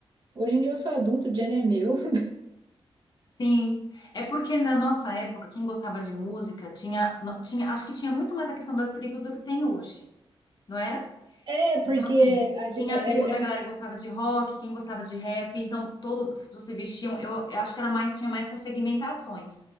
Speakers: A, on the right; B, on the left.
A: hoje em dia eu sou adulto, o dinheiro é meu. <laughs>
B: Sim, é porque na nossa época, quem gostava de música tinha, no- tinha, acho que tinha muito mais a questão das tribos do que tem hoje, não era?
A: É, porque
B: Então, assim,
A: a ge-
B: tinha
A: é,
B: a tribo
A: é-
B: da galera
A: é-
B: que gostava de rock, quem gostava de rap, então todo, as pessoas se vestiam, eu, eu acho que era mais, tinha mais essas segmentações.